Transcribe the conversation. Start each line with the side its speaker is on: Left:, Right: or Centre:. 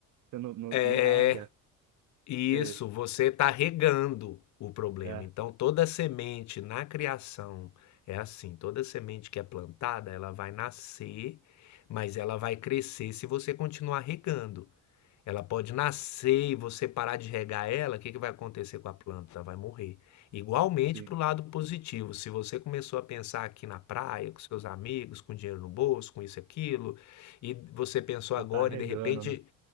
Right: você não, não,
Left: é,
Right: não rega.
Left: Isso,
Right: Você,
Left: você está regando o problema.
Right: é,
Left: Então, toda semente na criação é assim: toda semente que é plantada, ela vai nascer, mas ela vai crescer se você continuar regando. Ela pode nascer e você parar de regar ela, o que que vai acontecer com a planta? Ela Vai morrer. Igualmente
Right: sim,
Left: para o lado positivo, se você começou a pensar aqui na praia, com seus amigos, com dinheiro no bolso, com isso e aquilo, e você pensou
Right: você
Left: agora
Right: está regando,
Left: e de repente
Right: né?